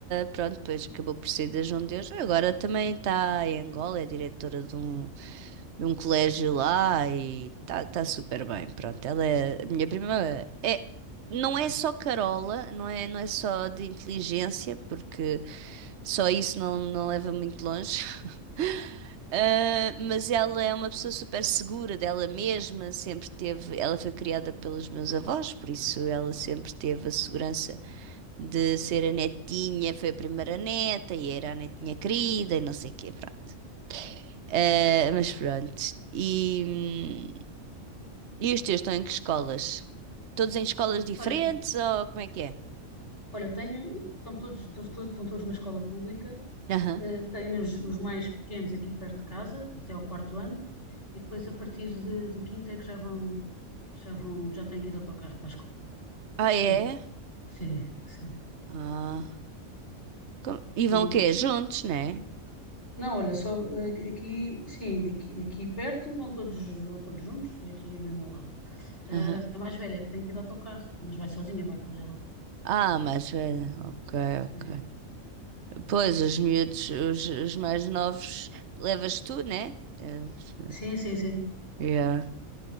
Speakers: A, on the right (about 60°); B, on the left (about 55°).
A: pronto, depois acabou por sair da João de Deus. Agora também está em Angola, é diretora de um, de um colégio lá e tá, tá super bem. Pronto, ela é a minha prima. É, não é só Carola, não é, não é só de inteligência, porque só isso não, não leva muito longe. <laughs> Ah, mas ela é uma pessoa super segura dela mesma, sempre teve, ela foi criada pelos meus avós, por isso ela sempre teve a segurança de ser a netinha, foi a primeira neta e era a netinha querida e não sei o quê, pronto. Eh, mas pronto. E, hum, e os teus estão em que escolas? Todos em escolas diferentes
B: Olha,
A: ou como é que é?
B: olha, eu tenho, estão todos, estão, todos estão todos na escola pública,
A: Aham.
B: eh, tenho os, os mais pequenos aqui perto de casa, até ao quarto ano, e depois a partir de- do quinto é que já vão, já vão, já têm que ir de autocarro para a escola.
A: Ah, é?
B: Ah, sim, sim.
A: Ah, como- E
B: Bom,
A: vão o quê? Juntos, né?
B: não, olha, só eh, aqui, sim, aqui, aqui perto vão todos, vão todos juntos, aqui mesmo ao lado. Eh,
A: Aham.
B: a mais velha que tem que ir de autocarro, mas vai sozinha, vai por ela.
A: Ah, mas eh,
B: Hum,
A: ok,
B: Sim.
A: ok. Pois, os miúdos, os, os mais novos, levas tu, né? Deves-
B: Sim, sim, sim.
A: Yeah.